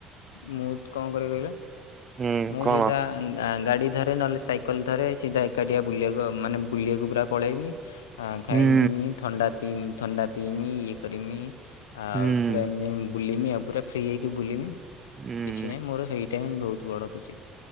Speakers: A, on the left (about 80°); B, on the right (about 35°).
A: ମୁତ୍ କଣ କରେ କହିଲେ
B: ହୁଁ
A: ମୁଁ
B: କଣ
A: ସିଧା ଆଁ ଗାଡ଼ି ଧରେ ନହେଲେ ସାଇକେଲ ଧରେ ସିଧା ଏକାଟି ଆ ବୁଲିବାକୁ ଆଉ ମାନେ ବୁଲିବାକୁ ପୁରା ପଳେଇମି ଆଁ ଖାଇମ୍
B: ହୁଁ
A: ପିଇମି, ଥଣ୍ଡା ପିମ୍, ଥଣ୍ଡା ପିଇମି, ଇ ଏ କରିମି ଆଉ
B: ହୁଁ
A: ପୁରା ଏମି ବୁଲିମି, ପୁରା ଫ୍ରି ହେଇକି ବୁଲିମି,
B: ହୁଁ
A: କିଛି ନାଇଁ ମୋର ସେଇ ତେନ୍ ବହୁତ୍ ବଡ ଖୁସି